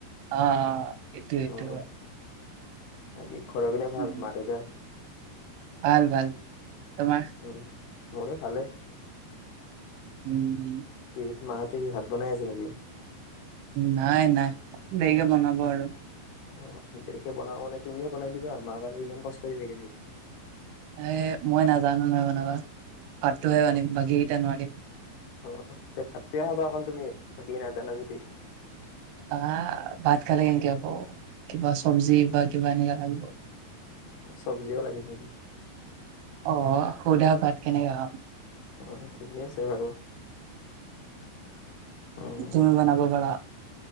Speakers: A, on the right (about 85°); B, on the left (about 70°).
A: অ অ, এইটো এইটো।
B: উম বাকী ঘৰৰ পিনে ভাল,
A: উম
B: মা-দেউতাৰ?
A: ভাল ভাল তোমাৰ?
B: উম, মোৰো ভালে।
A: উম উম।
B: এই মাহঁতে কি ভাত বনাই আছে নেকি?
A: নাই নাই, দেৰিকে বনাব আৰু।
B: অ দেৰিকে বনাব মানে তুমিয়ে বনাই দিবা, মাক আৰু ইমান কষ্ট দি থাকে নেকি?
A: এ মই নাজানো নহয় বানাব, ভাতটোহে
B: অ
A: জানিম বাকীকেইটা নোৱাৰিম।
B: অ ভাতে খাবা অকল তুমি, বাকী নাজানা যদি।
A: আ ভাত খালে কেনেকে হব কিবা চব্জি বা কিবা এনেকা লাগিব।
B: চব্জিও লাগে নেকি?
A: অ' সুধা ভাত কেনেকে খাম?
B: অ ঠিকে আছে বাৰু। উম
A: তুমি বনাব পাৰা?